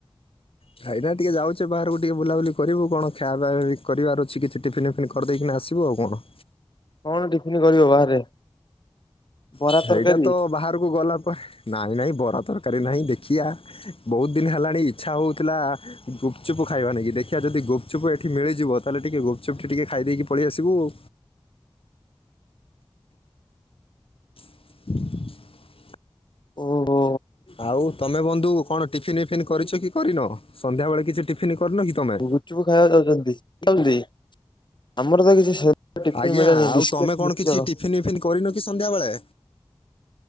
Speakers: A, on the left (about 70°); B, on the left (about 50°).
A: ଭାଇନା ଟିକେ ଯାଉଛି ବାହାରକୁ ଟିକେ ବୁଲାବୁଲି କରିବୁ କଣ ଖିଆ ପିଆ କରିବାର ଅଛି କିଛି ଟିଫିନ ଟିଫିନ୍ କରିଦେଇକିନା ଆସିବୁ ଆଉ କଣ?
B: କଣ ଟିଫିନ କରିବ ବାହାରେ? ବରା
A: ସେଇଟା
B: ତରକାରୀ
A: ତ ବାହାରକୁ ଗଲା ପରେ ନାହିଁ ନାହିଁ ବରା ତରକାରୀ ନାହିଁ ଦେଖିବା। ବହୁତ ଦିନ ହେଲାଣି ଇଚ୍ଛା ହଉଥିଲା ଗୁପଚୁପ ଖାଇବା ନେଇକି ଦେଖିବା ଯଦି ଗପଚୁପ ଏଠି ମିଳିଯିବ ତାହେଲେ ଟିକେ ଗପଚୁପ୍ ଟିକେ ଖାଇଦେଇକି ପଳେଇ ଆସିବୁ ଆଉ। <inaudible>
B: ଓହୋ।
A: ଆଉ ତମେ ବନ୍ଧୁ କଣ ଟିଫିନ୍ ଫିପିନ୍ କରିଛ କି କରିନ ସନ୍ଧ୍ୟାବେଳେ କିଛି ଟିଫନ୍ କରିନ କି? ତମେ
B: ଗୁପଚୁପ ଖାଇବାକୁ ଯାଉଛନ୍ତି <inaudible> ଆମର ତ କିଛି ସେମିତି ଟିଫିନ
A: ଆଜ୍ଞା
B: ମିଳେନି
A: ଆଉ
B: ବିସ୍କିଟ
A: ତମେ କଣ
B: ମିକ୍ସଚର
A: କିଛି ଟିଫିନ ଇଫିନ୍ କରିନ କି ସନ୍ଧ୍ୟାବେଳେ?